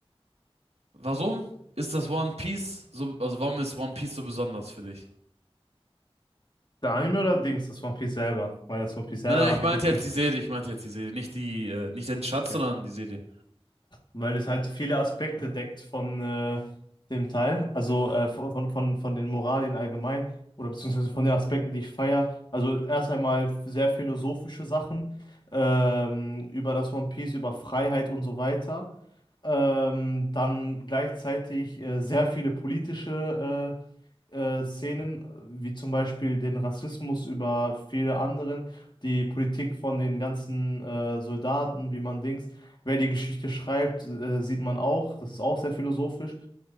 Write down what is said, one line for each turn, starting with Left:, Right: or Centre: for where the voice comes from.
Right: Warum ist das One Piece so, also warum ist One Piece so besonders für dich?
Left: Der Anime oder Dings, das One Piece selber? Weil das One Piece selber
Right: Nein, nein,
Left: habe
Right: ich meinte
Left: ich jetzt
Right: jetzt
Left: nicht.
Right: die Serie, ich meinte jetzt die Serie, nicht die, äh, nicht den Schatz,
Left: Okay.
Right: sondern die Serie.
Left: weil es halt viele Aspekte deckt von äh, dem Teil, also äh, von, von, von von den Moralien allgemein oder beziehungsweise von den Aspekten, die ich feiere. Also erst einmal sehr philosophische Sachen ähm, über das One Piece, über Freiheit und so weiter. Ähm, dann gleichzeitig äh, sehr viele politische äh, äh, Szenen, wie zum Beispiel den Rassismus über viele anderen, die Politik von den ganzen äh, Soldaten, wie man Dings Wer die Geschichte schreibt, äh, sieht man auch, das ist auch sehr philosophisch,